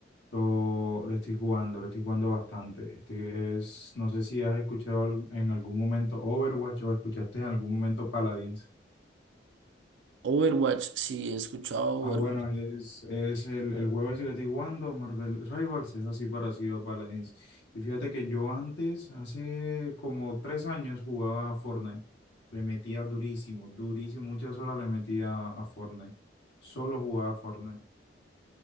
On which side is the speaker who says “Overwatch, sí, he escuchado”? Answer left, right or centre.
Right